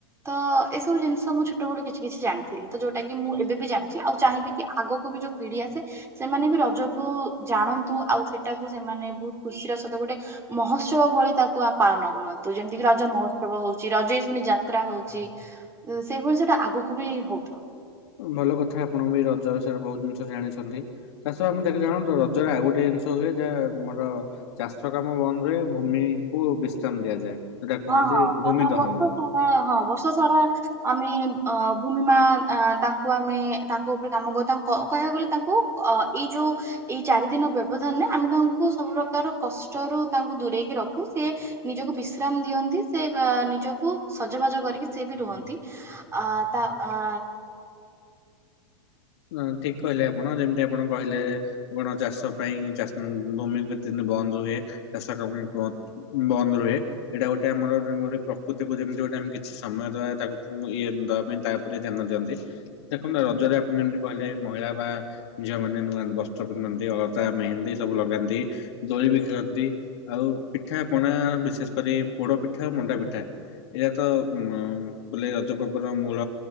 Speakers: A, on the right (about 20°); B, on the left (about 65°).
A: ତ ଏସବୁ ଜିନିଷ ମୁଁ ଛୋଟ ବେଳୁ କିଛି କିଛି ଜାଣିଥିଲି ତ ଯୋଉଟା କି ମୁଁ ଏବେ ବି ଜାଣି ଆଉ ଚାହିଁବି କି ଆଗକୁ ବି ଯୋଉପିଢି ଆସେ ସେମାନେ ବି ରଜ କୁ ଜାଣନ୍ତୁ ଆଉ ସେଟାକୁ ସେମାନେ ବହୁତ ଖୁସିର ସହିତ ଗୋଟେ ମହୋତ୍ସବ ଭଳି ତାକୁ ପାଳନ କରନ୍ତୁ ଯେମିତି ରଜ ମହୋତ୍ସବ ହଉଛି ରଜେଇ ଶୁଣି ଯାତ୍ରା ହଉଛି ସେଇଭଳି ସେଟା ଆଗକୁ ବି ହଉଥାଉ।
B: ଭଲ କଥା ଆପଣ ବି ରଜ ବିଷୟରେ ବହୁତ ଜିନିଷ ଜାଣିଛନ୍ତି। ତା ସହ ଆମ ଦେଖ ଜାଣ ରଜରେ ଆଉ ଗୋଟେ ଜିନିଷ ହୁଏ ଯାହା ଆମର ଚାଷ କାମ ବନ୍ଦ ରୁହେ ଭୂମି କୁ ବିଶ୍ରାମ ଦିଆଯାଏ। ସେଟା କୁହନ୍ତି
A: ହଁ ହଁ
B: ଭୂମି
A: ତା
B: ଦହନ।
A: ବର୍ଷ ସାରା ହଁ ବର୍ଷ ସାରା ଆମେ ଅ ଭୂମି ମା ତାଙ୍କୁ ଆମେ ତାଙ୍କ ଉପରେ କାମ କରୁ ତାଙ୍କୁ କହିବାକୁ ଗଲେ ତାଙ୍କୁ ଅ ଏଇ ଯୋଉ ଏଇ ଚାରିଦିନ ବ୍ୟବଧାନରେ ଆମେ ତାଙ୍କୁ ସବୁ ପ୍ରକାର କଷ୍ଟରୁ ତାଙ୍କୁ ଦୂରେଇକି ର ଖୁ ସିଏ ନିଜକୁ ବିସ ଶ୍ରାମ ଦିଅନ୍ତି ସେ ନିଜକୁ ସଜବାଜ କରିକି ସେି ବି ରୁହନ୍ତି ଆ ତା ଆ
B: ନା ଠିକ କହିଲେ ଆପଣ ଯେମିତି ଆପଣ କହିଲେ ଆପଣ ଚାଷ ପାଇଁ ଚାଷ ଭୂମି କେତେ ଦିନ ବନ୍ଦ ହୁଏ ଚାଷ କାମ ବି ବନ୍ଦ ବନ୍ଦ ରୁହେ ଏଇଟା ଗୋଟେ ଆମର ଗୋଟେ ତାକୁ ଯେମିତି ଗୋଟେ ଆମ କିଛି ସମୟ ଦବା ତାକୁ ଇଏ ଦବା ପାଇଁ ତାପରେ ଧ୍ୟାନ ଦିଅନ୍ତି ଦେଖନ୍ତୁ ରଜ ଆପଣ <inaudible> କହିଲେ ମହିଳା ବା ଝିଅମାନେ ନୂଆ ବସ୍ତ୍ର ପିନ୍ଧନ୍ତି ଅଳତା ମେହେନ୍ଦୀ ସବୁ ଲଗାନ୍ତି ଦ ବି ଖେଳନ୍ତି ଆଉ ପିଠା ପଣା ବିଶେଷ କରି ପୋଡ ପିଠା ମଣ୍ଡା ପିଠା ଏଇରାତ ଉ ବୋଲେ ରଜ ପର୍ବର ମୂଳ